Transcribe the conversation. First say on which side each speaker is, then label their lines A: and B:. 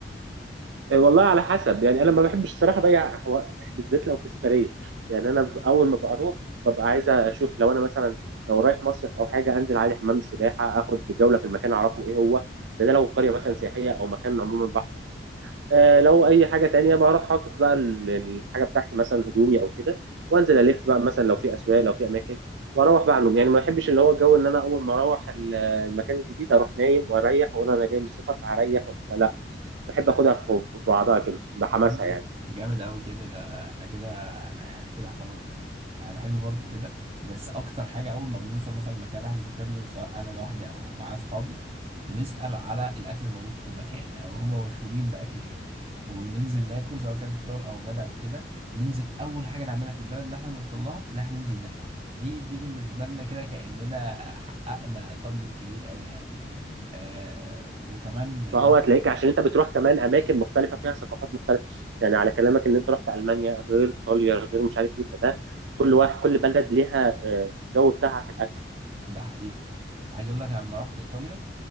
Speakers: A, on the right; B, on the right.
A: إيه والله على حسب يعني انا ما بحبش الصراحه اضيع وقت بالذات لو في سفريه يعني انا ب- اول ما بروح ببقى عايز اشوف لو انا مثلا لو رايح مصيف او حاجه انزل عادي حمام السباحه اخد جوله في المكان اعرفه ايه هو ده ده لو قريه مثلا سياحيه او مكان عموما بحر او كده آه لو اي حاجه تانية بروح حاطط بقى ال- الحاجه بتاعتي مثلا هدومي او كده وانزل الف بقى مثلا لو في اسواق لو في اماكن واروح بقى نوم يعني ما بحبش اللي هو الجو ان انا اول ما اروح ال- المكان الجديد اروح نايم واريح واقول انا جاي من السفر فهريح وبتاع. لا بحب اخدها في في بعضها كده بحماسها
B: جامد
A: يعني
B: جامد قوي كده ده احنا كده انا يعني كده اعتمدتك انا بحب برضو كده بس اكتر حاجه اول ما بنوصل مثلا المكان اللي احنا بنسافر له سواء انا لوحدي او معايا اصحابي بنسال على الاكل الموجود في المكان او هم مشهورين باكل ايه وننزل ناكل سواء كان فطار او غدا او كده ننزل اول حاجه نعملها في البلد اللي احنا نوصل لها ان احنا ننزل ناكل دي دي بالنسبه لنا كده كاننا حققنا تارجت كبير قوي يعني آه وكمان
A: فهو
B: بناخد-
A: هتلاقيك عشان انت بتروح كمان اماكن مختلفه فيها ثقافات مختلفه يعني على كلامك ان انت رحت المانيا غير ايطاليا غير مش عارف ايه فده كل واحد كل بلد ليها آه، الجو بتاعها في الاكل
B: ده حقيقي عايز اقول لك أنا لما رحت ايطاليا